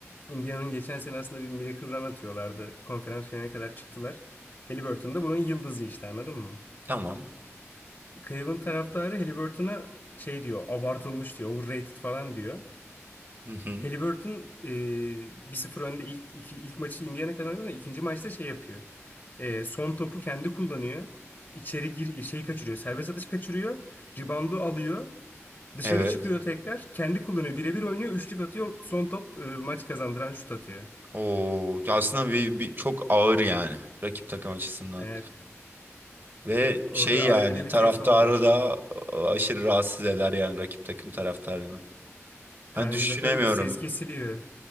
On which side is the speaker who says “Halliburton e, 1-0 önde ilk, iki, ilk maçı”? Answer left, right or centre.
Left